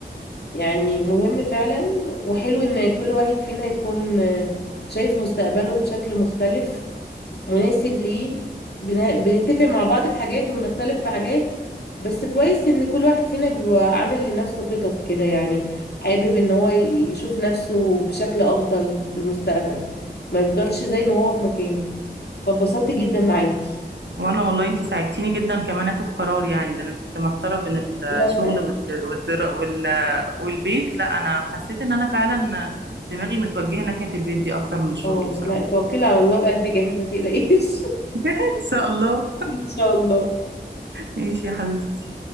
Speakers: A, on the left; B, on the right.
A: يعني مهم فعلا وحلو ان كل واحد فينا يكون شايف مستقبله بشكل مختلف مناسب ليه بن- بنتفق مع بعض في حاجات وبنختلف في حاجات بس كويس ان كل واحد فينا بيبقى عامل لنفسه خطط كده يعني حابب ان هو ي- يشوف نفسه بشكل افضل في المستقبل ما يفضلش زي ما هو في مكانه فاتبسطت جدا معاكي
B: وانا والله انتي ساعدتيني جدا كمان اخد قرار يعني ده انا كنت محتاره بين الشغل
A: لا لا
B: والد- والدرا وال... والبيت لا انا حسيت ان انا فعلا دماغي متوجهه ناحيه البيت دي اكتر من الشغل
A: اه
B: بصراحه
A: لا توكلي على الله بقلب جامد ما تقلقيش <laughs>
B: <laughs> ان شاء الله
A: ان شاء الله
B: ماشي يا حبيبتي